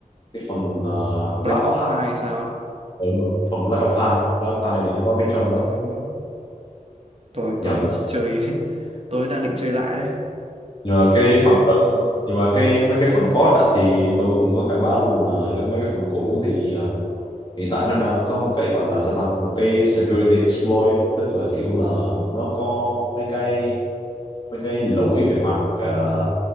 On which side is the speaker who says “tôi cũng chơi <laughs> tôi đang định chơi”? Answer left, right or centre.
Right